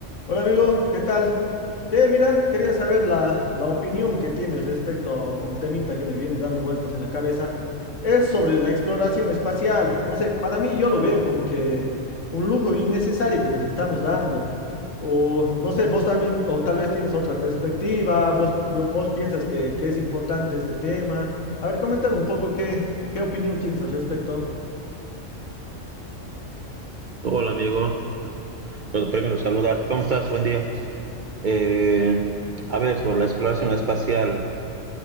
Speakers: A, on the left; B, on the right.
A: Hola amigo, ¿qué tal? Che, mira, quería saber la, la opinión que tienes respecto a un temita que me viene dando vueltas en la cabeza. Es sobre la exploración espacial. No sé, para mí yo lo veo como que un lujo innecesario que nos estamos dando. O no sé, vos también, o tal vez tienes otra perspectiva, vos, yo- vos piensas que, que es importante este tema. A ver, coméntame un poco qué, qué opinión tienes al respecto.
B: Hola amigo, bueno, primero saludarte, ¿cómo estás? Buen día. Eh, a ver, sobre la exploración espacial,